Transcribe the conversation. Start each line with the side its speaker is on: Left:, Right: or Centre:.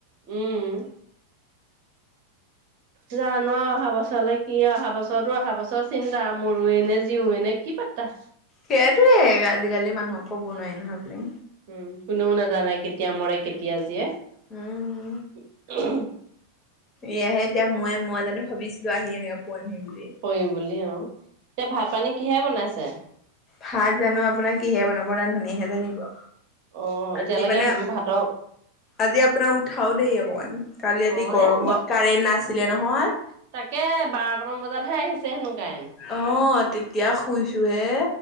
Right: উম্' জা-নো অহা বছৰলে কি অহা বছ- ততো অহা বছৰ চিন্তা, মৰু এনে জিউ নে কি পাত্তা।
Left: সেইটোয়েই আজিকালি মানুহক ক'ব নোৱাৰি নহয় কোনো।
Right: উম, কোনেও নাজানে কেতিয়া মৰে কেতিয়া জিয়ে।
Left: উম্
Right: <unintelligible>
Left: এয়াহে এতিয়া ময়ে, মই জানো ভাবিছিলো আহি এনেকা পুৱামহি বুলি!
Right: কৰিম বুলি অ'। এতিয়া ভাত-পানী কিহে বনাইছে?
Left: ভাত জানো আপোনাৰ কিহে বনাব ৰান্ধনিয়েহে জানিব।
Right: অ্ঁ
Left: আজি
Right: এতিয়ালেকে
Left: মানে
Right: ভাতৰ
Left: আজি আপোনাৰ উঠাও দেৰী অকমান, কালি ৰাতি
Right: অ
Left: গৰমত
Right: এ ব
Left: কাৰেণ্ট নাছিলে নহয়।
Right: তাকে বাৰটামান বজাতহে আহিছে হেনো কায়েন্ট।
Left: অ্ঁ তেতিয়া শুইছো হে।